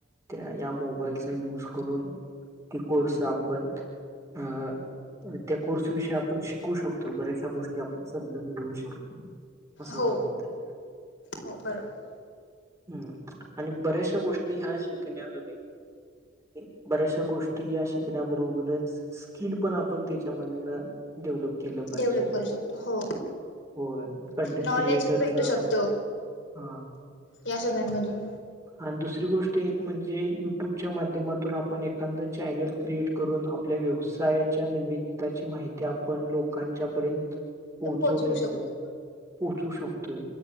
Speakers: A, on the right (about 15°); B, on the left (about 75°).
A: त्या या मोबाईलचा यूज करून कि कोर्स आपण अ त्या कोर्सविषयी आपण शिकू शकतो, बऱ्याचशा गोष्टी आपण समजण घेऊ शकतो, असं
B: हो
A: माझं मंत आहे‌.
B: हो बरोबर
A: हम्म आणि बऱ्याचशा गोष्टी ह्या शिकण्याजोगे. एक बरेशा गोष्टी या शिक त्याबरोबरच स्किल पण आपण त्याच्यामधनं डेव्हलप केलं पाहिजे.
B: डेव्हलप करू शकतो हो.
A: होय कंटेंट
B: नॉलेज
A: क्रिएटरचा
B: भेटू शकतो
A: हा.
B: या सगळ्यांमधून
A: आणि दुसरी गोष्ट एक म्हणजे युट्युबच्या माध्यमातून आप आपण एखाद चॅनल क्रिएट करून आपल्या व्यवसायाच्या निमित्ताची माहिती आपण लोकांच्या पर्यंत- पोहोचवण्याच
B: तर पोचवू शकतो
A: पोहोचू शकतोय